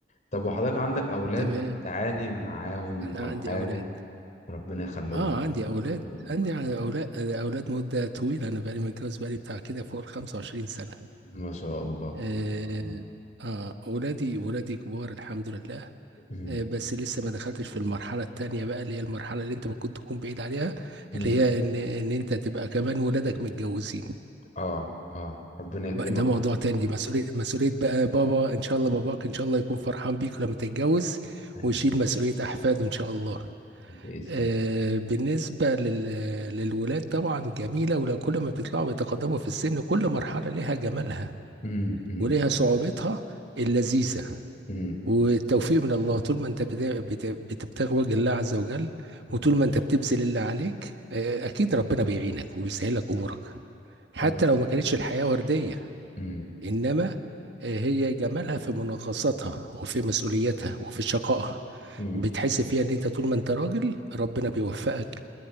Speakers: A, on the left (about 45°); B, on the right (about 85°).
A: طب وحضرتك عندك أولاد
B: تمام
A: بتعاني معاهم
B: انا
A: أو
B: عندي
A: حاجة
B: اولاد
A: ربنا يخليهم
B: اه
A: لك
B: عندي اولاد
A: يحفظهم
B: عندي
A: لك.
B: على
A: آه.
B: اولاد اولاد مدة طويلة انا بقالي متجوز بقالي بتاع كده فوق ال 25 سنة
A: ما شاء الله
B: اه
A: ما شاء الله
B: اه ولادي ولادي كبار الحمد لله
A: أمم،
B: آه بس لسه ما دخلتش في المرحلة التانية بقى اللي هي المرحلة اللي انت ممكن تكون بعيد عليها
A: أمم.
B: اللي هي ان ان انت تبقى كمان ولادك متجوزين
A: آه آه ربنا يكرمك
B: ده موضوع
A: يا رب
B: تاني
A: و-
B: دي مسؤولية مسؤولية بقى بابا ان شاء الله باباك ان شاء الله يكون فرحان بيك لما تتجوز
A: آمين
B: ويشيل مسؤولية أحفاده إن شاء الله
A: بإذنك
B: آه، بالنسبة لل... للولاد طبعا جميلة ولو كل ما بيطلعوا بيتقدموا في السن كل مرحلة لها جمالها
A: أمم،
B: ولها صعوبتها اللذيذة
A: أمم،
B: والتوفيق من الله طول ما انت بت- بت- بتبتغي وجه الله عز وجل
A: أمم.
B: وطول ما انت بتبذل اللي عليك آه، اكيد ربنا بيعينك وبيسهلك امورك حتى
A: طبعا
B: لو ما كانتش الحياة وردية
A: امم
B: انما آه، هي جمالها في منغصاتها وفي مسؤوليتها وفي شقائها
A: امم
B: بتحس فيها ان انت طول ما انت راجل ربنا بيوفقك